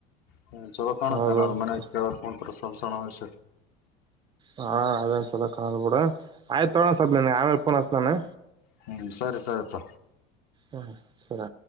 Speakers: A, on the left; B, on the right.
A: ಹ ಚಲೋ ಕಣ
B: ಹೌದೌದು
A: ಜನ ಮ ಕೆ ಪ ತರ ತಲಸಣ ಆಷ
B: ಹಾ ಅದೇನ್ ಸ ಕಾಣದು ಬಿೂಡ ಆಯ್ತ ತೊಗಳಣ ಸರ್ ನೀ ಆಮೇಲೆಫೋನ ನಾನು
A: ಹ್ಮ್ ಸರಿ ಸರಿಪ್ಪ
B: ಹ್ಮ ಸರಿ